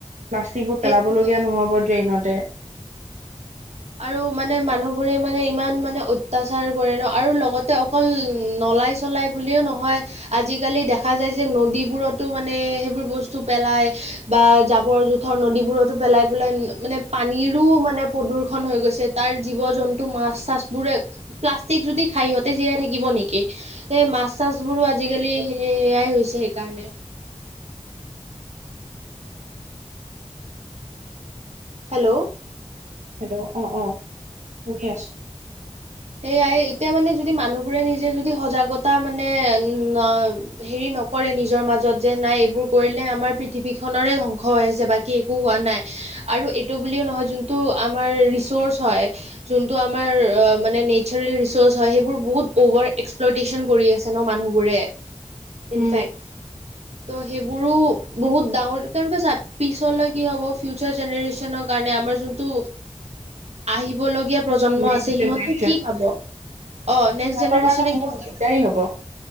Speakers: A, on the right; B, on the right.
A: প্লাষ্টিকবোৰ
B: সেইটোৱে
A: পেলাবলগীয়া নহ'ব ড্ৰেইনতে।
B: আৰু মানে মানুহবোৰে মানে ইমান মানে অত্যাচাৰ কৰে ন আৰু লগতে- অকল নলাই চলাই বুলিও নহয়, আজিকালি দেখা যায় যে, নদীবোৰতো মানে সেইবোৰ বস্তু পেলাই। বা জাবৰ-জোথৰ নদীবোৰতো পেলাই পেলাই মানে পানীৰো মানে প্ৰদূষণ- হৈ গৈছে, তাৰ জীৱ-জন্তু মাছ চাছবোৰে, প্লাষ্টিক যদি খাই, সিহঁতে জীয়াই থাকিব নেকি? এ মাছ- চাছ বোৰো আজিকালি সেয়াই হৈছে সেইকাৰণে, হেল্ল'
A: হেল্ল' অ', অ', শুনি আছোঁ।
B: সেয়াই, এতিয়া মানে যদি মানুহবোৰে নিজে যদি সজাগতা মানে উম্। হেৰি নকৰে, নিজৰ মাজত যে নাই, এইবোৰ কৰিলে আমাৰ পৃথিৱীখনৰে ধ্বংস হৈ আহিছে। বাকী একো হোৱা নাই। আৰু এইটো বুলিও নহয়, যোনটো আমাৰ ৰিচাৰ্চ হয়, যোনটো আমাৰ- মানে নেচাৰেল ৰিচ'ৰ্চ হয়, সেইবোৰ বহুত অভাৰ এক্সপ্লটেচন কৰি আছে ন মানুহবোৰে ইনফেক্ট।
A: উম
B: ত' সেইবোৰো বহুত ডাঙৰ, কাৰণ পিছলে কি হ'ব ফিউচাৰ জেনেৰেচনক- কাৰণে আমাৰ যোনটো আহিবলগীয়া প্ৰজন্ম
A: নেক্স
B: আছে, সিহঁতে
A: জেনেৰেচন
B: - কি পাব। অ', নেক্স
A: সিহঁতৰ
B: জেনেৰেচনে
A: কাৰণে বহুত
B: কি পাব।
A: দিগদাৰী হ'ব